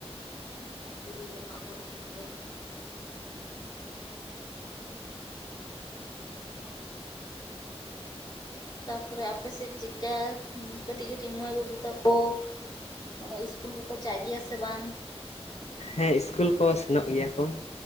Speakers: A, on the left; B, on the left.
A: ᱦᱩᱸ ᱵᱩᱨᱩ ᱡᱟᱯᱟᱜ ᱦᱚᱲ ᱠᱟᱱᱟᱯᱮ ᱾ ᱛᱟᱨᱯᱚᱨᱮ ᱟᱯᱮ ᱥᱮᱫ ᱪᱮᱠᱟ ᱠᱟᱹᱴᱤᱡ ᱠᱟᱹᱴᱤᱡ ᱢᱟᱹᱭ ᱵᱟᱹᱵᱩ ᱛᱟᱠᱚ ᱢᱟᱱᱮ ᱤᱥᱠᱩᱞ ᱠᱚ ᱪᱟᱜ ᱜᱮᱭᱟ ᱥᱮ ᱵᱟᱝ?
B: ᱦᱮᱸ ᱤᱥᱠᱩᱞ ᱠᱚ ᱥᱮᱱᱚᱜ ᱜᱮᱭᱟ ᱠᱚ ᱾